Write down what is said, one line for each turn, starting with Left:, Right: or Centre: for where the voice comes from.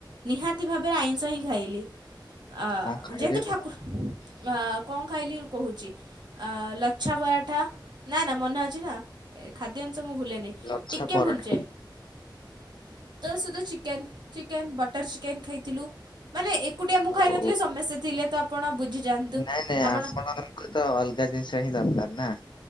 Right: ନିହାତି ଭାବରେ ଆଇଁଷ ହିଁ ଖାଇଲି। ଅ
Left: କଣ ଖାଇଲେ
Right: ଯେହେତୁ ଠାକୁର
Left: କୁହ?
Right: ଅ କଣ ଖାଇଲି କହୁଛି। ଆ ଲଛା ପରାଠା ନାଁ ନାଁ ମନେ ଅଛି ନା। ଏ ଖାଦ୍ୟଂଶ ମୁଁ ଭୁଲେନି
Left: ଲଛା
Right: ଟିକେ
Left: ପରଟା
Right: ଭୁଲି ଯାଏଁ। ତୋ ସୁଧା ଚିକେନ ଚିକେନ୍ ବଟର୍ ଚିକେନ୍ ଖାଇଥିଲୁ। ମାନେ ଏକୁଟିଆ ମୁଁ
Left: ଓ
Right: ଖାଇନଥିଲି ସମସ୍ତେ ଥିଲେ ତ ଆପଣ ବୁଝିଯାଆନ୍ତୁ
Left: ନାଇଁ ନାଇଁ
Right: ଆପଣ
Left: ଆପଣଙ୍କୁ ତ ଅଲଗା ଜିନିଷ କିଛା ହିଁ ଦରକାର ନା